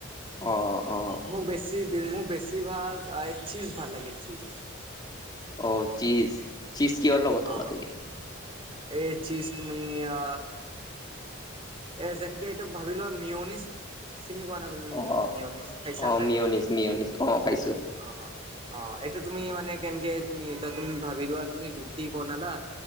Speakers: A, on the left (about 20°); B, on the right (about 25°).
A: অ অ অ
B: মোক বেছি মোক বেছিভাগ অ সেই চিজ ভাল লাগে চিজ।
A: অ চিজ চিজ কিহৰ লগত
B: অ।
A: খোৱা তুমি?
B: এই চিজ তুমি এয়া এ যেনকে এইটো ভাবি লোৱা মিয়নিছ চিনি পোৱা না? তুমি
A: অ
B: মিউ
A: অ
B: মিউনিছ খাইছা
A: অ
B: চাগে?
A: মিয়নিজ মিয়নিজ অ খাইছো
B: অ অ অ এইটো তুমি মানে কেনকে তুমি এ তুমি ভাবি লোৱা তুমি ৰুটি বনালা।